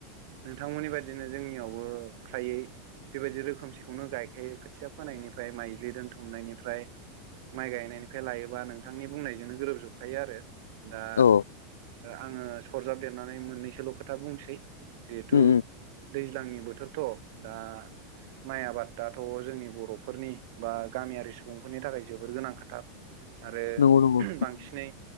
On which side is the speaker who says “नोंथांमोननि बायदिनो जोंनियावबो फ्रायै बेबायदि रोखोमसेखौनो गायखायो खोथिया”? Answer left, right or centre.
Right